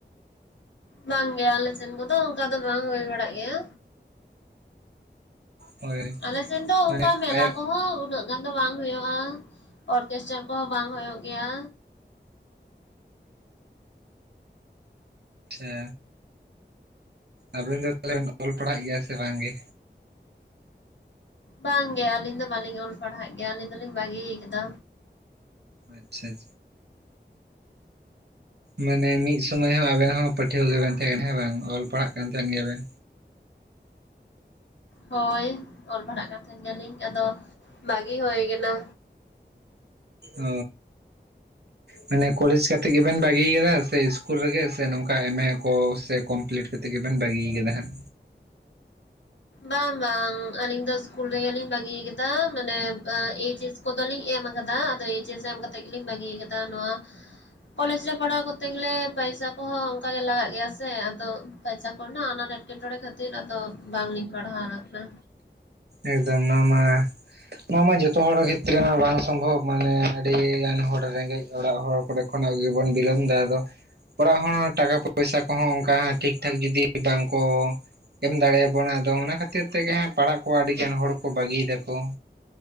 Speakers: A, on the left; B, on the right.
A: ᱵᱟᱝ ᱜᱮ, ᱟᱞᱮ ᱥᱮᱱ ᱠᱚᱫᱚ ᱚᱱᱠᱟ ᱫᱚ ᱵᱟᱝ ᱦᱩᱭ ᱵᱟᱲᱟᱜ ᱜᱮᱭᱟ᱾
B: ᱦᱳᱭ
A: ᱟᱞᱮ ᱥᱮᱱ ᱫᱚ
B: ᱢᱟᱱᱮ
A: ᱚᱝᱠᱟ ᱢᱮᱞᱟ
B: ᱟᱭ
A: ᱠᱚᱦᱚᱸ ᱩᱱᱟᱹᱜ ᱜᱟᱱ ᱫᱚ ᱵᱟᱝ ᱦᱩᱭᱩᱜᱼᱟ, ᱚᱨᱠᱮᱥᱴᱟᱨ ᱠᱚᱦᱚᱸ ᱵᱟᱝ ᱦᱩᱭᱩᱜ ᱜᱮᱭᱟ᱾
B: ᱟᱪᱪᱷᱟ ᱟᱵᱤᱱ ᱫᱚ ᱛᱷᱟᱞᱮ ᱵᱤᱱ ᱚᱞ ᱯᱟᱲᱦᱟᱜ ᱜᱮᱭᱟ ᱥᱮ ᱵᱟᱝᱜᱮ?
A: ᱵᱟᱝ ᱜᱮ, ᱟᱹᱞᱤᱧ ᱫᱚ ᱵᱟᱞᱤᱧ ᱚᱞ ᱯᱟᱲᱦᱟᱜ ᱜᱮᱭᱟ ᱟᱹᱞᱤᱧ ᱫᱚᱞᱤᱧ ᱵᱟᱜᱤᱭ ᱠᱟᱫᱟ᱾
B: ᱟᱪᱪᱷᱟ ᱟᱪᱷᱟ ᱢᱟᱱᱮ ᱢᱤᱫ ᱥᱳᱢᱚᱭ ᱦᱚᱸ ᱟᱵᱮᱱ ᱦᱚᱸ ᱯᱟᱹᱴᱷᱣᱟᱹ ᱜᱮᱵᱮᱱ ᱛᱟᱦᱮᱸ ᱠᱟᱱᱟ ᱦᱮᱸ ᱵᱟᱝ ᱚᱞ ᱯᱟᱲᱦᱟᱜ ᱠᱟᱱ ᱛᱟᱦᱮᱸᱱ ᱜᱮᱭᱟ ᱵᱮᱱ᱾
A: ᱦᱳᱭ ᱚᱞ ᱯᱟᱲᱦᱟᱜ ᱠᱟᱱ ᱛᱟᱦᱮᱱ ᱜᱮᱭᱟᱞᱤᱧ ᱟᱫᱚ ᱵᱟᱜᱤ ᱦᱩᱭ ᱠᱟᱱᱟ᱾
B: ᱚ, ᱢᱟᱱᱮ ᱠᱚᱞᱮᱡᱽ ᱠᱟᱛᱮ ᱜᱮ? ᱵᱮᱱ ᱵᱟᱹᱜᱤᱭ ᱠᱟᱫᱟ ᱥᱮ ᱤᱥᱠᱩᱞ ᱨᱮᱜᱮ ᱥᱮ ᱱᱚᱝᱠᱟ ᱮᱢ ᱮ ᱠᱚ ᱥᱮ ᱠᱚᱢᱯᱞᱤᱴ ᱠᱟᱛᱮᱜ ᱜᱮᱵᱮᱱ ᱵᱟᱹᱜᱤᱭ ᱠᱟᱫᱟ ᱦᱟᱸᱜ?
A: ᱵᱟᱝ ᱵᱟᱝ, ᱟᱹᱞᱤᱧ ᱫᱚ ᱥᱠᱩᱞ ᱨᱮᱜᱮᱞᱤᱧ ᱵᱟᱹᱜᱤᱭ ᱠᱟᱫᱟ ᱢᱟᱱᱮ ᱮᱭᱪ ᱮᱥ ᱠᱚᱫᱚ ᱞᱤᱧ ᱮᱢ ᱟᱠᱟᱫᱟ ᱟᱫᱚ ᱮᱭᱤᱪ ᱮᱥ ᱮᱢ ᱠᱟᱛᱮᱫ ᱜᱮᱞᱤᱧ ᱵᱟᱹᱜᱤᱭ ᱠᱟᱫᱟ ᱱᱚᱣᱟ ᱠᱚᱞᱮᱡᱽ ᱨᱮ ᱯᱟᱲᱦᱟᱣ ᱠᱚᱨᱛᱮ ᱜᱮᱞᱮ ᱯᱟᱭᱥᱟ ᱠᱚᱦᱚᱸ ᱚᱝᱠᱟ ᱜᱮ ᱞᱟᱜᱟᱜ ᱜᱮᱭᱟ ᱥᱮ ᱟᱫᱚ ᱯᱟᱭᱥᱟ ᱠᱚᱨᱮᱱᱟᱜ ᱟᱱᱟᱴ ᱮᱸᱴᱠᱮᱴᱚᱬᱮ ᱠᱷᱟᱹᱛᱤᱨ ᱟᱫᱚ ᱵᱟᱝᱞᱤᱧ ᱯᱟᱲᱦᱟᱣ ᱠᱟᱱᱟ᱾
B: ᱮᱠᱫᱚᱢ ᱱᱚᱣᱟ ᱢᱟ ᱱᱚᱣᱟ ᱢᱟ ᱡᱚᱛᱚ ᱦᱚᱲ ᱠᱷᱮᱛᱨᱮ ᱢᱟ ᱵᱟᱝ ᱥᱚᱢᱵᱷᱚᱵ ᱢᱟᱱᱮ ᱟᱹᱰᱤᱜᱟᱱ ᱦᱚᱲ ᱨᱮᱸᱜᱮᱡᱽ ᱚᱲᱟᱜ ᱦᱳᱠ ᱠᱚᱨᱮ ᱠᱷᱚᱱᱟᱜ ᱜᱮᱵᱚᱱ ᱵᱤᱞᱚᱢ ᱫᱟ ᱟᱫᱚ ᱚᱲᱟᱜ ᱦᱚᱲ ᱦᱚᱸ ᱴᱟᱠᱟ ᱯᱚᱭᱥᱟ ᱠᱚᱦᱚᱸ ᱚᱱᱠᱟ ᱦᱟᱸᱜ ᱴᱷᱤᱠ ᱴᱷᱟᱠ ᱡᱩᱫᱤ ᱵᱟᱝᱠᱚ ᱮᱢ ᱫᱟᱲᱮᱭᱟᱵᱚᱱᱟ ᱟᱫᱚ ᱚᱱᱟ ᱠᱷᱟᱹᱛᱤᱨ ᱛᱮᱜᱮ ᱦᱟᱸᱜ ᱯᱟᱲᱟᱜ ᱠᱚ ᱟᱹᱰᱤᱜᱟᱱ ᱦᱚᱲ ᱠᱚ ᱵᱟᱹᱜᱤᱭ ᱫᱟᱠᱚ